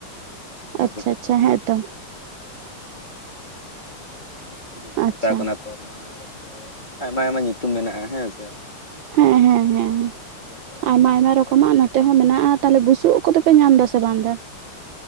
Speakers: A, on the left; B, on the right.
A: <inaudible> ᱟᱨ
B: ᱟᱪᱪᱷᱟ ᱟᱪᱪᱷᱟ ᱦᱮᱸᱛᱚ
A: ᱪᱤᱞᱤ ᱠᱚ
B: ᱟᱪᱪᱷᱟ
A: ᱢᱮᱛᱟ ᱠᱚ ᱠᱟᱱᱟ ᱛᱚᱨᱢᱟᱲ ᱥᱮ ᱟᱭᱢᱟ ᱟᱭᱢᱟ ᱧᱩᱛᱩᱢ ᱢᱮᱱᱟᱜᱼᱟ ᱦᱮᱸ ᱥᱮ?
B: ᱦᱮᱸ ᱦᱮᱸ ᱦᱮᱸ᱾
A: ᱦᱮᱸ ᱡᱚᱢ ᱵᱟᱲᱟ
B: ᱟᱭᱢᱟ
A: ᱦᱩᱭᱩᱜ
B: ᱟᱭᱢᱟ
A: ᱠᱟᱱ
B: ᱨᱚᱠᱚᱢᱟᱜ
A: ᱜᱮᱭᱟ᱾
B: ᱱᱚᱛᱮ ᱦᱚᱸ ᱢᱮᱱᱟᱜᱼᱟ ᱛᱟᱦᱚᱞᱮ ᱵᱩᱥᱩᱵ ᱳᱫᱽ ᱠᱚᱫᱚᱯᱮ ᱧᱟᱢ ᱮᱫᱟ ᱥᱮ ᱵᱟᱝ ᱮᱫᱟ?